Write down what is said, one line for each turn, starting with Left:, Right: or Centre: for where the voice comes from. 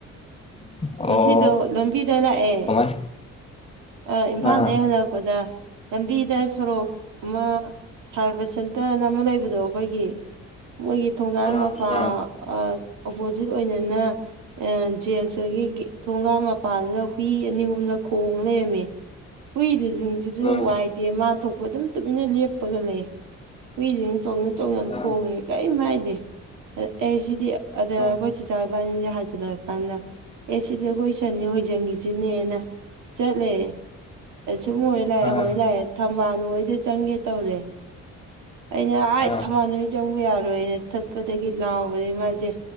Left: ꯑꯣ
Right: ꯉꯁꯤꯗꯣ ꯂꯝꯕꯤꯗ ꯂꯥꯛꯑꯦ
Left: ꯀꯃꯥꯏ
Right: ꯑ ꯏꯝꯐꯥꯜꯗꯩ
Left: ꯑꯥ
Right: ꯍꯜꯂꯛꯄꯗ ꯂꯝꯕꯤꯗ ꯁꯣꯔꯣꯛ ꯑꯃ ꯁꯥꯔ ꯕꯁꯟꯇꯅꯥ ꯑꯃ ꯂꯩꯕꯗꯣ ꯑꯩꯈꯣꯏꯒꯤ ꯃꯣꯏꯒꯤ ꯊꯣꯡꯉꯟ
Left: ꯑꯥ
Right: ꯃꯄꯥ
Left: ꯑꯥ
Right: ꯑꯣꯄꯣꯖꯤꯠ ꯑꯣꯏꯅꯅ ꯖꯦꯝꯁ ꯑꯗꯨꯗꯨꯒꯤ ꯊꯣꯡꯒꯟ ꯃꯄꯥꯗꯨꯗ ꯍꯨꯏ ꯑꯅꯤ ꯑꯍꯨꯝꯅ ꯈꯣꯡꯉ ꯂꯩꯔꯝꯃꯦ ꯍꯨꯏꯗꯨꯁꯨ ꯁꯤꯡꯁꯤꯗꯨꯁꯨ
Left: ꯎꯝ
Right: ꯋꯥꯏꯗꯦ ꯃꯥ ꯊꯣꯛꯄ ꯑꯗꯨꯝ ꯇꯨꯃꯤꯟꯅ ꯂꯦꯞꯄꯒ ꯂꯩ ꯍꯨꯏꯁꯤꯡꯅ ꯆꯣꯡꯁꯤꯟ
Left: ꯎꯝ
Right: ꯈꯣꯡꯉ ꯀꯩꯝ ꯍꯥꯏꯗꯦ ꯑꯦ ꯁꯤꯗꯤ ꯑꯗ
Left: ꯎꯝ
Right: ꯑꯩꯈꯣꯏ ꯆꯥꯆꯥ ꯏꯕꯥꯅꯤꯁꯦ ꯍꯥꯏꯖꯤꯜꯂꯛ ꯑꯀꯥꯟꯗ ꯑꯦ ꯁꯤꯗꯤ ꯑꯩꯈꯣꯏ ꯁꯟꯅꯦ ꯍꯣꯏꯖꯟꯈꯤꯁꯤꯅꯦꯅ ꯆꯠꯂꯦ ꯁꯨꯝ ꯍꯣꯏꯔꯥ ꯂꯥꯛꯑꯦ
Left: ꯑꯥ
Right: ꯍꯣꯏꯔ ꯂꯥꯛꯑꯦ ꯊꯝꯕꯥꯜ ꯅꯣꯏꯗ ꯆꯪꯒꯦ ꯇꯧꯔꯦ ꯑꯩꯅ ꯍꯥꯏꯠ
Left: ꯑꯥ ꯑꯥ
Right: ꯊꯝꯕꯥꯜꯅꯨ ꯍꯣꯏ ꯆꯪꯕ ꯌꯥꯔꯣꯏꯅ ꯊꯠꯄꯗꯒꯤ ꯂꯥꯎꯕꯗꯩ ꯃꯥꯖꯦ